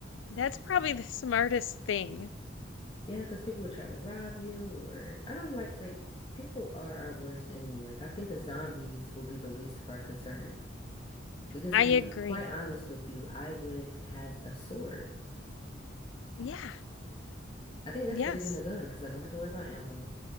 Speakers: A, on the left; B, on the left.
A: that's probably the smartest thing.
B: <laughs> yeah, because people would try to rob you or I don't like like people are our worst enemy. Like I think the zombies will be the least of our concern. Because
A: I
B: to be
A: agree.
B: quite honest with you, I would have a sword.
A: Yeah.
B: I think that's
A: Yes.
B: better than a gun because I don't have to worry about ammo.